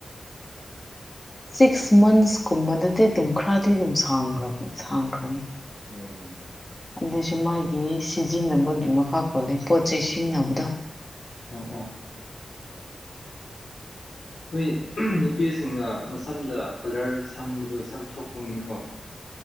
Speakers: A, on the left; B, on the left.
A: ꯁꯤꯛꯁ ꯃꯟꯁ ꯀꯨꯝꯕꯗꯗꯤ ꯑꯗꯨꯝ ꯈꯔꯗꯤ ꯑꯗꯨꯝ ꯁꯥꯡꯈ꯭ꯔ ꯁꯥꯡꯈ꯭ꯔꯅꯤ
B: ꯎꯝ
A: ꯑꯗꯨꯏꯁꯨ ꯃꯥꯒꯤ ꯁꯤꯖꯤꯟꯅꯕꯒꯤ ꯃꯈꯥ ꯄꯣꯜꯂ ꯄꯣꯠ ꯆꯩꯩ ꯁꯤꯖꯤꯟꯅꯕꯗ
B: ꯑ ꯑꯥ ꯑꯩꯈꯣꯏ ꯅꯨꯄꯤꯁꯤꯡꯅ ꯃꯁꯝꯗ ꯀꯂꯔ ꯁꯪꯕꯗꯣ ꯁꯝ ꯁꯣꯛ ꯐꯪꯒꯅꯤꯀꯣ